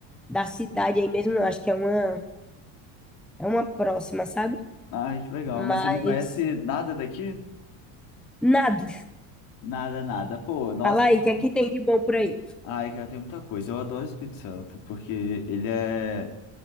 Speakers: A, in the centre; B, on the left.
A: da cidade aí mesmo, não. Acho que é uma, é uma próxima, sabe?
B: Ai, que legal.
A: Mas
B: Mas você não conhece nada daqui?
A: nada.
B: Nada, nada. Pô, nossa.
A: Fala aí,
B: então-
A: o que é que tem de bom por aí?
B: Ai, cara, tem muita coisa. Eu adoro o Espírito Santo, porque ele é